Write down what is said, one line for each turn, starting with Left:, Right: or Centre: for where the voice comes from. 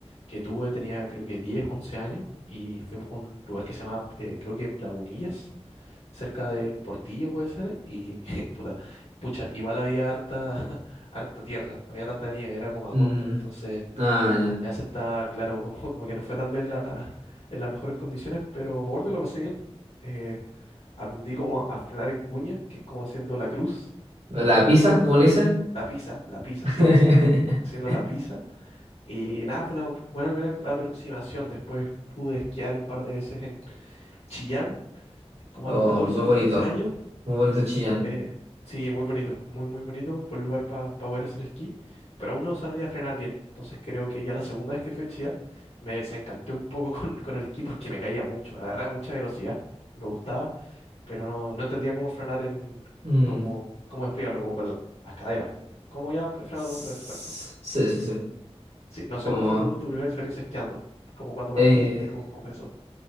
Left: que tuve tenía creo que 10, 11 años y fuimos a un lugar que se llama, eh, creo que Lagunillas, cerca de Portillo puede ser. Y <laughs> puta, pucha, igual había harta, <laughs> harta tierra, no había tanta nieve, era como agosto.
Right: Mm,
Left: Entonces
Right: ah, ya.
Left: Ya se está claro, <laughs> como, como que no fue tal vez la- en las mejores condiciones, pero me acuerdo que lo pasé bien. Eh, aprendí como a frenar en cuña, que es como haciendo la cruz.
Right: ¿La
Left: Nunca
Right: pizza,
Left: pude
Right: como
Left: apre-
Right: le dicen?
Left: La pizza, la pizza,
Right: <laughs>
Left: sí, haciendo la pizza. Y nada, fue una buena primera aproximación. Después pude esquiar un par de veces en Chillán, como
Right: Oh,
Left: a los 14,
Right: muy
Left: a
Right: bonito.
Left: los 15 años.
Right: Muy bonito Chillán.
Left: Eh, sí, muy bonito, muy, muy bonito. Buen lugar para poder hacer esquí, pero aún no sabía frenar bien. Entonces creo que ya la segunda vez que fui a Chillán me desencanté un poco <laughs> con, con el esquí porque me caía mucho. Agarraba mucha velocidad, me gustaba, pero no, no entendía cómo frenar en,
Right: Mm,
Left: cómo, cómo explicarlo, como con la- las caderas. Como ya frenan
Right: s-
Left: lo- los, expertos.
Right: sí, sí, sí.
Left: Sí, no sé
Right: Como...
Left: cómo fue tu, tu primera experiencia esquiando, como cuando partiste,
Right: eh,
Left: cómo, cómo fue eso.